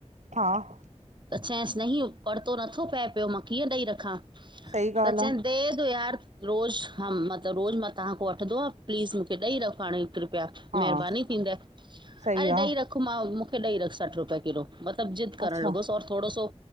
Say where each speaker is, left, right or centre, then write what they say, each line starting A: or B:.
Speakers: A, on the right (about 80°); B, on the right (about 40°).
A: हा --
B: त चांंसि नह परतो नथो पए पियो मां कीअं ॾेई रखां।
A: सही
B: त
A: ॻाल्हि
B: चेन
A: आ,
B: दे दो यार। रोज़ हा मांत तबु रोज़ मां तव्हांख वठंदो आ प्लीज़ मूंखे ॾेई रख हाणे ई कृपया
A: हा
B: महिरबानी थींदई
A: सही
B: अरे
A: आ,
B: ॾेई रख मां मूंखे ॾेई रख सठि रुपिया किलो। मतिलब ज़िद करण
A: अच्छा
B: लॻोस और थोड़ो सो